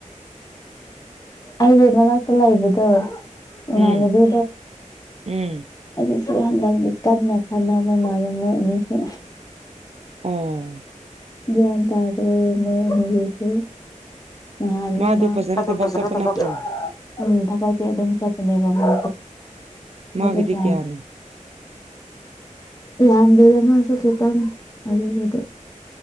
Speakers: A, on the left; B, on the right.
A: ꯑꯩꯒꯤ ꯃꯅꯥꯛꯇ ꯂꯩꯕꯗꯣ ꯑꯦꯝꯅꯥꯕꯤꯗꯣ
B: ꯎꯝ ꯎꯝ
A: ꯁꯁꯨ ꯍꯟꯗꯛꯇꯤ ꯀꯟꯅ ꯈꯟꯅꯅꯕ ꯃꯥꯜꯂꯦ ꯃꯣꯏ ꯑꯅꯤꯁꯨ
B: ꯑꯣ
A: ꯭ꯒꯌꯥꯟ ꯇꯥꯗꯔꯅꯤꯕꯤꯁ ꯅꯍꯥꯟꯅꯦ
B: ꯃꯥꯗꯣ
A: ꯃꯥꯖ
B: ꯐꯖꯅ ꯊꯕꯛ ꯆꯠꯄ ꯅꯠꯇ꯭ꯔꯣ
A: ꯎꯝ ꯊꯕꯛꯇꯤ ꯑꯗꯨꯝ ꯆꯠꯄꯅꯦꯕ ꯃꯥ
B: ꯃꯥꯒꯤꯗꯤ
A: ꯑꯗꯨ ꯐ
B: ꯀꯌꯥꯅꯣ
A: ꯌꯥꯟꯗꯦ ꯑꯃꯁꯁꯨ ꯈꯤꯇꯪ ꯑꯗꯨꯕꯨꯗꯤ